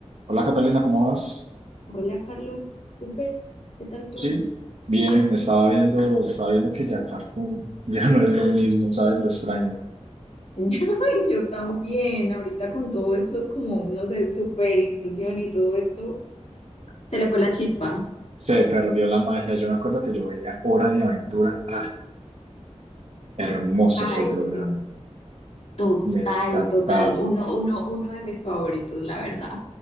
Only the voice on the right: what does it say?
Hola Catalina, ¿cómo vas?
Sí, bien, estaba viendo, estaba viendo que ya Cartoon <laughs> ya no es lo mismo, ¿sabes? Lo extraño.
Se perdió la magia. Yo me acuerdo que yo veía Hora de Aventura. Ah, hermoso
ese programa.
Me encantaba.